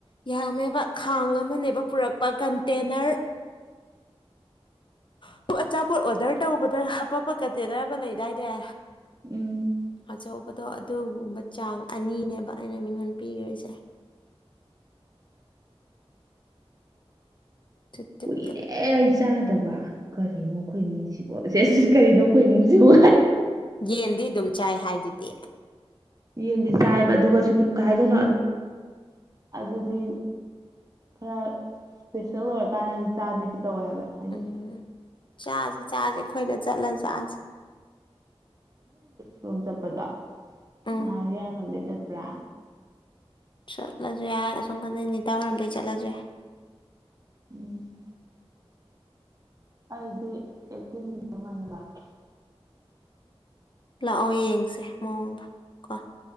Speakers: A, on the left; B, on the right.
A: ꯌꯝꯃꯦ ꯈꯥꯡ ꯑꯃꯅꯦꯕ ꯄꯨꯔꯛꯄ ꯀꯟꯇꯦꯅꯔ ꯑꯗꯨ ꯑꯆꯥꯄꯣꯠ ꯑꯣꯗꯔ ꯇꯧꯕꯗ ꯍꯥꯄꯛꯄ ꯀꯟꯇꯦꯅꯔ ꯑꯃ ꯂꯩꯗꯥꯏꯅꯦ
B: ꯎꯝ
A: ꯑꯆꯧꯕꯗꯣ ꯑꯗꯨꯒꯨꯝꯕ ꯆꯥꯡ ꯑꯅꯤꯅꯦꯕ ꯑꯩꯅ ꯃꯤꯉꯣꯟꯗ ꯄꯤꯈ꯭ꯔꯤꯁꯦ <unintelligible> ꯑꯗꯨꯗꯨꯒ
B: ꯀꯨꯏꯔꯦ ꯑꯩ ꯆꯥꯗ ꯠꯇꯕ ꯀꯔꯤꯅꯣ ꯑꯩꯈꯣꯏ ꯏꯃꯨꯡꯁꯤꯕꯨꯣ ꯀꯔꯤꯅꯣ ꯑꯩꯈꯣꯏ ꯏꯃꯨꯡꯁꯤꯕꯨ
A: ꯌꯦꯟꯗꯤ ꯑꯗꯨꯝ ꯆꯥꯏ ꯍꯥꯏꯗꯨꯗꯤ
B: ꯌꯦꯟꯗꯤ ꯆꯥꯏꯕ ꯑꯗꯨꯒ ꯁꯨꯝ ꯀꯩꯗꯣꯏꯅꯣ ꯑꯗꯨꯗꯤ ꯈꯔ ꯏꯁꯄꯦꯁꯦꯜ ꯑꯣꯏꯔꯀꯥꯟꯗ ꯑꯩꯅ ꯆꯥꯕꯤꯗꯨ ꯇꯧꯋꯦ ꯍꯥꯏꯕ ꯍꯥꯏꯖꯤ
A: ꯎꯝ ꯆꯥꯁꯦ ꯆꯥꯁꯦ ꯑꯩꯈꯣꯏꯗ ꯆꯠꯂ ꯆꯥꯁꯦ
B: ꯁꯣꯝ ꯆꯠꯄꯗꯣ
A: ꯎꯝ
B: ꯉꯥꯔꯤ ꯌꯥꯔꯣꯝꯗꯩ ꯆꯠꯄ꯭ꯔꯥ
A: ꯆꯠꯂꯁꯨ ꯌꯥ ꯁꯣꯀꯥꯟꯗ ꯅꯤꯇꯥ ꯍꯔꯝꯗꯒꯤ ꯆꯠꯂꯁꯨꯣꯏꯦ
B: ꯎꯝ ꯑꯩꯗꯤ ꯑꯦꯠꯇꯤꯟꯒꯤ ꯋꯥꯟ ꯂꯥꯛ
A: ꯂꯥꯛꯑꯣ ꯌꯦꯡꯁꯦ ꯃꯑꯣꯡꯗ ꯀꯣ